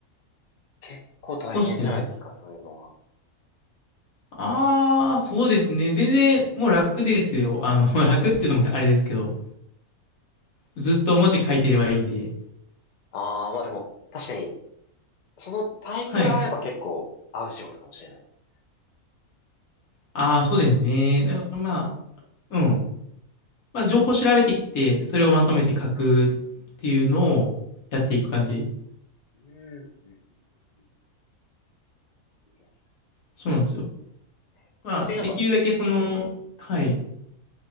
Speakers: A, on the left; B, on the left.
A: 結構大変じゃないですか、
B: をしてます。
A: そういうのは。
B: ああ、そうですね。全然もう楽ですよ。あの、<laughs> 楽っていうのもあれですけど、ずっと文字書いてればいいんで。
A: ああ、まあでも、確かに、そのタイプが合えば結構合う仕事かもしれないですね。
B: はい。ああ、そうですね。だからまあ、うん。まあ、情報調べてきて、それをまとめて書くっていうのをやっていく感じ。
A: うん、うん、うんうんうんいいです
B: そうなんですよ。
A: ね。具体的になんか、
B: まあ、できるだけその、はい。
A: え、